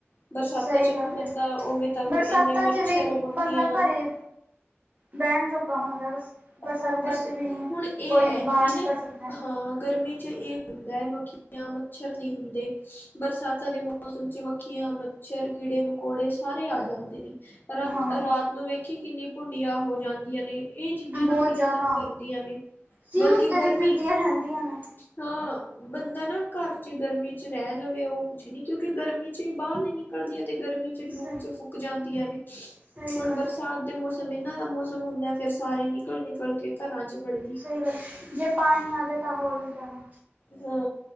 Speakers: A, on the left; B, on the right.
A: ਬਰਸਾਤਾਂ
B: ਸਹੀ
A: ਚ
B: ਗੱਲ
A: ਵੀ ਬੰਦਾ
B: ਹੈ
A: ਉਵੇਂ ਤੰਗ
B: ਬਰਸਾਤਾਂ
A: ਇੰਨੇ ਮੱਛਰ
B: ਚ ਵੀ
A: ਮੱਖੀਆਂ
B: ਬੰਦਾ ਖਰੇ ਬੇਨ ਜੋਗਾ ਹੁੰਦਾ ਬਸ। ਬਰਸਾਤਾਂ
A: ਹਾਂ ਬਸ
B: ਚ ਵੀ ਨਹੀਂ
A: ਹੁਣ ਏ
B: ਕੋਈ
A: ਐ
B: ਬਾਹਰ
A: ਵੀ
B: ਨਹੀਂ
A: ਨਈ
B: ਕਰ ਸਕਦਾ
A: ਹਾਂ ਗਰਮੀ ਚ ਏ ਹੁੰਦਾ ਐ ਮੱਖੀਆਂ, ਮੱਛਰ ਨੀ ਹੁੰਦੇ। ਬਰਸਾਤਾਂ ਦੇ ਮੌਸਮ ਚ ਮੱਖੀਆਂ, ਮੱਛਰ ਕੀੜੇ, ਮਕੌੜੇ ਸਾਰੇ ਆ ਜਾਂਦੇ ਨੇ। ਰਾਤ-ਰਾਤ
B: ਹਾਂ
A: ਨੂੰ ਵੇਖੀ ਕਿੰਨੀ ਭੁੰਡੀਆਂ ਹੋ ਜਾਂਦੀਆਂ ਨੇ ਏ ਚੀਜ਼ਾਂ
B: ਬਹੁਤ
A: ਨਾ ਬੜੀਆਂ
B: ਜ਼ਿਆਦਾ
A: ਤੰਗ ਕਰਦੀਆਂ ਨੇ
B: ਸਿਰ
A: ਬਲਕਿ
B: ਉੱਤੇ
A: ਗਰਮੀ
B: ਵੀ ਫਿਰਦੀਆਂ ਰਹਿੰਦੀਆਂ ਨੇ
A: ਹਾਂ ਬੰਦਾ ਨਾ ਘਰ 'ਚ ਗਰਮੀ 'ਚ ਰੈ ਲਵੇ ਓ ਕੁਛ ਨੀ ਕਿਉਂਕਿ ਗਰਮੀ 'ਚ ਬਾਰ ਨੀ ਨਿਕਲਦੀ ਤੇ ਗਰਮੀ
B: ਸ
A: ਲੂ 'ਚ ਫੁਕ ਜਾਂਦੀਆਂ ਨੇ
B: ਸਹੀ
A: ਹੁਣ
B: ਗੱਲ
A: ਬਰਸਾਤ ਦੇ ਮੌਸਮ ਇਨਾਂ ਦਾ ਮੌਸਮ ਹੁੰਦਾ ਫਿਰ ਸਾਰੇ ਨਿਕਲ-ਨਿਕਲ ਕੇ ਘਰਾਂ 'ਚ ਵੜ
B: ਸਈ ਗੱਲ ਏ ਜੇ ਪਾਣੀ ਆ ਜੇ ਤਾਂ ਹੋਰ ਵੀ ਜਾਦਾ
A: ਹਾਂ